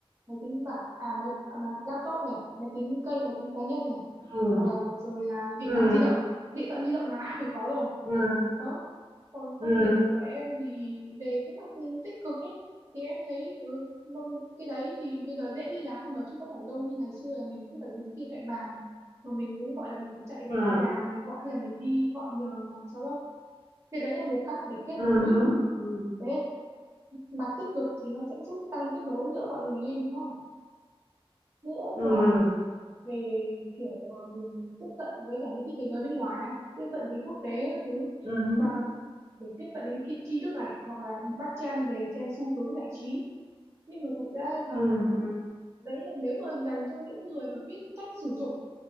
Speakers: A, on the right; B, on the right.
A: máy tính bảng à máy, à, mà laptop này máy tính cây máy tính cá nhân này
B: ừ
A: Ờ, rồi là điện
B: ừ
A: thoại di động điện thoại di động là ai cũng phải có rồi
B: ừ
A: đó còn quan
B: ừ
A: điểm của em thì về cái mặt tích cực ấy thì em thấy ừ, mong- cái đấy thì bây giờ dễ liên lạc hơn mà chứ không phải đâu như ngày xưa là mình cứ phải dùng điện thoại bàn mà mình cũng gọi là mình phải chạy về
B: ừ
A: nhà mình gọi hay là mình đi gọi nhờ nhà hàng xóm đâu cái đấy là một cách để kết
B: Ừm
A: nối
B: hứm, ừm,
A: đấy mặt tích cực thì nó sẽ giúp tăng kết nối giữa mọi người lên đúng không nữa
B: ừm,
A: là về kiểu à, mình tiếp cận với cả những cái thế giới bên ngoài ấy, tiếp cận với quốc tế các thứ
B: ừm hứm,
A: mà để tiếp cận đến tri tri thức này hoặc là bắt chen về trên xu hướng giải trí nhưng mà thật ra thì
B: ừm, ừm,
A: đấy là nếu mà dành cho những người mà biết cách sử dụng